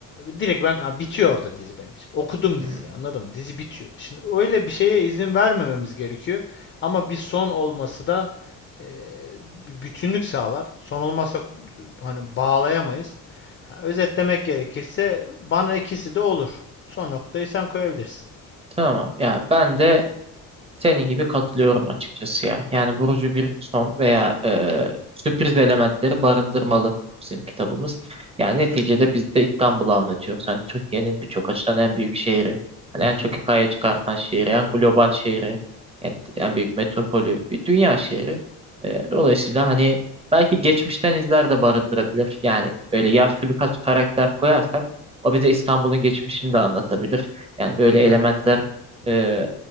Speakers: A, on the left; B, on the right.
A: Direkt ben ha, bitiyor orada dizi benim için. Okudum
B: hı.
A: diziyi anladın mı? Dizi bitiyor. Şimdi öyle bir şeye izin vermememiz gerekiyor. Ama bir son olması da e, bir bütünlük sağlar. Son olmazsa hani bağlayamayız. Ha, özetlemek gerekirse bana ikisi de olur. Son noktayı sen koyabilirsin.
B: Tamam. Ya ben de Senin gibi katılıyorum açıkçası ya. Yani vurucu bir son veya e, sürpriz elementleri barındırmalı bizim kitabımız. Yani neticede biz de İstanbul'u anlatıyoruz. Hani Türkiye'nin birçok açıdan en büyük şehri, hani
A: Hı
B: en
A: hı.
B: çok hikaye çıkartan şehri, en global şehri, en, en büyük metropolü, bir dünya şehri. E, dolayısıyla hani belki geçmişten izler de barındırabilir. Yani öyle yaşlı birkaç karakter koyarsak o bize İstanbul'un geçmişini de anlatabilir. Yani böyle elementler
A: Yani
B: e,